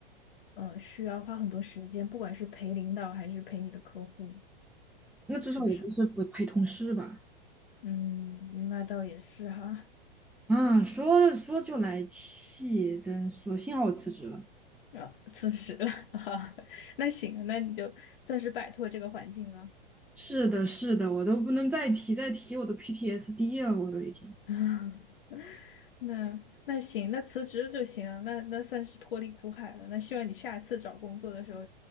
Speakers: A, on the left; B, in the centre.
A: 嗯、需要花很多时间，不管是陪领导还是陪你的客户，
B: 那至少我不是不陪同事吧？
A: 是不是啊嗯，那倒也是哈，
B: 啊，说说就来气，真说幸好我辞职了。
A: 啊、辞职了，<laughs> 哈，那行，那你就算是摆脱这个环境了。
B: 是的，是的，我都不能再提，再提我都 PTSD 了，我都已经。
A: <laughs> 那那行，那辞职就行，那那算是脱离苦海了。那希望你下次找工作的时候，